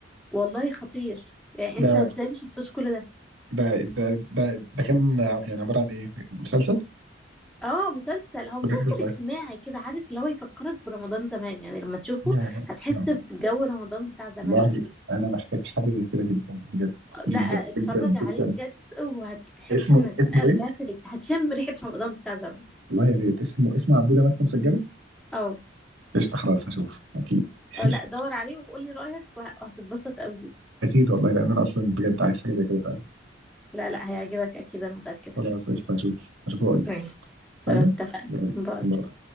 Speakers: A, in the centre; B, on the right.
A: والله خطير يعني
B: ده
A: انت ازاي ما شفتوش كل ده
B: ده ده ده, ده كان يعني عبارة عن ايه مسلسل
A: اه مسلسل هو مسلسل
B: بجد والله
A: اجتماعي كده عارف اللي هو يفكرك برمضان زمان يعني لما تشوفه
B: يا-
A: هتحس
B: رب،
A: بجو رمضان بتاع زمان
B: والله
A: ده
B: انا محتاج حاجة زي كده جدا بجد
A: لا
B: جدا
A: اتفرج
B: جدا
A: عليه
B: جدا
A: بجد وهتحس
B: اسمه
A: انك
B: اسمه
A: بقى رجعت
B: ايه؟
A: لك هتشم ريحة رمضان بتاع زمان
B: والله يا ريت اسمه اسمه عبودة ماتت مسجلة
A: اه
B: قشطة خلاص هشوف اكيد
A: اه
B: <laughs>
A: لا دور عليه وقولي رأيك وه- وهتتبسط قوي دي
B: اكيد والله لان انا اصلا بجد عايز حاجة زي كده
A: لا لا هيعجبك اكيد انا متأكدة
B: خلاص قشطة هشوف هشوف واقول لك
A: ماشي خلاص
B: انا
A: اتفقنا
B: يلا
A: باي
B: باي.